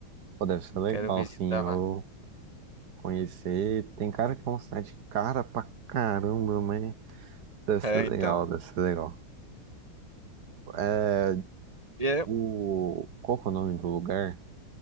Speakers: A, on the right (about 55°); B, on the right (about 80°).
A: Pô, deve ser legal,
B: quero visitar
A: sim, eu
B: lá.
A: conhecer. Tem cara que é uma cidade cara pra caramba, mas deve
B: É,
A: ser
B: então.
A: legal, deve ser legal. É,
B: E é-
A: o... Qual que é o nome do lugar?